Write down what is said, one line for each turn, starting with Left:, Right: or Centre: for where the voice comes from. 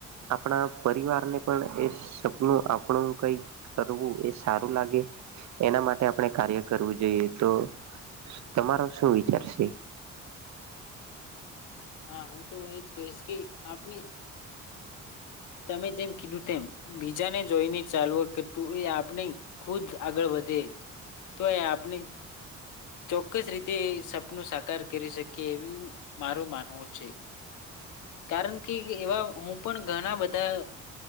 Right: આપણા પરિવારને પણ એ સપનું આપણું કઈ કરવું એ સારું લાગે એના માટે આપણે કાર્ય કરવું જોઈએ તો તમારો શું વિચારશે
Left: હા હું તો એજ કહીશ કે આપણે તમે જેમ કીધું તેમ બીજાને જોઈને ચાલુ કરતું એ આપણે ખુદ આગળ વધે તો એ આપની ચોક્કસ રીતે એ સપનું સાકાર કરી શકે એવું મારું માનવું છે કારણ કે એવા હું પણ ઘણા બધા